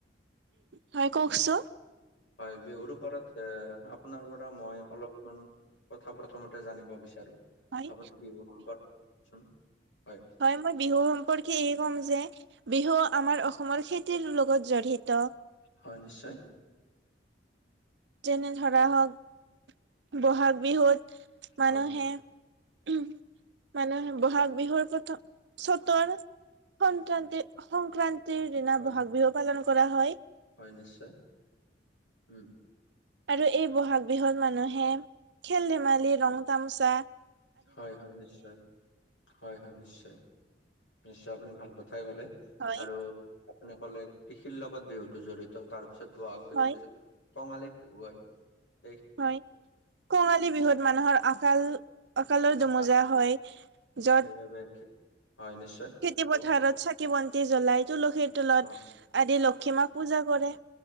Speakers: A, on the right; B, on the left.
A: হয় কওকচোন
B: হয়, বিহুৰ ওপৰত এ আপোনাৰ পৰা মই অলপ কেইটামান কথা প্ৰথমতে জানিব বিচাৰো।
A: হয়
B: আপুনি বিহু সম্পৰ্ক চোন, হয়।
A: হয় মই বিহু সম্পৰ্কে এই ক'ম যে, বিহু আমাৰ অসমৰ খেতিৰ লগত জড়িত।
B: হয় নিশ্চয়।
A: যেনে ধৰা হওক বহাগ বিহুত মানুহে
B: হয়
A: উম। মানুহে বহাগ বিহুৰ প্ৰথম, চতৰ সক্ৰান্ত-সংক্ৰান্তি দিনা
B: হয়
A: ব'হাগ বিহু পালন কৰা হয়।
B: হয় নিশ্চয় উম'।
A: আৰু এই বহাগ বিহুত মানুহে খেল-ধেমালি, ৰং- তামোচা
B: হয় হয় নিশ্চয়। হয় হয় নিশ্চয়, নিশ্চয় আপুনি ভাল কথাই কলে।
A: হয়
B: আৰু আপুনি ক'লে কৃষিৰ লগত বিহুতো জড়িত। তাৰ পিছত বহাগ বিহুৰ
A: হয়
B: পিছত কঙালী বিহু আহি
A: হয় কঙালী বিহুত মানুহৰ আকাল আকালৰ
B: আশা
A: দমোজা হয়, য'ত
B: <unintelligible> হয় নিশ্চয়।
A: খেতি-পথাৰত
B: কওক
A: চাকি-বন্তি জ্বলাই, তুলসীৰ তলত
B: হয়
A: আদি লক্ষিমাক পূজা কৰে,